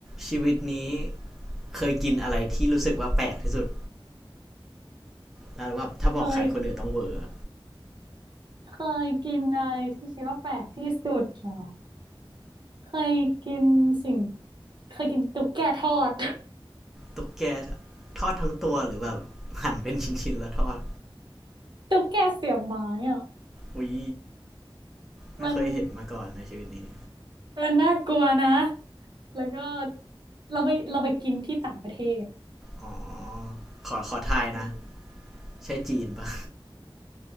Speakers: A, in the centre; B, on the right.
A: ชีวิตนี้เคยกินอะไรที่รู้สึกว่าแปลกที่สุดแล้วแบบถ้าบอกใครคนอื่นต้องเวอร์อ
B: เคยเคยกินอะไรที่คิดว่าแปลกที่สุดเหรอเคยกินสิ่งเคยกินตุ๊กแกทอด
A: ตุ๊กแกทอดทั้งตัวหรือแบบหั่นเป็นชิ้นๆแล้วทอด
B: <laughs> ตุ๊กแกเสียบไม้อ่ะ
A: อุ้ยไม่เคยเห็นมาก่อนในชีวิตนี้
B: มันมันน่ากลัวนะแล้วก็เราไปเราไปกินที่ต่างประเทศ
A: อ๋อขอขอทายนะ
B: อืม
A: ใช่จีนปะ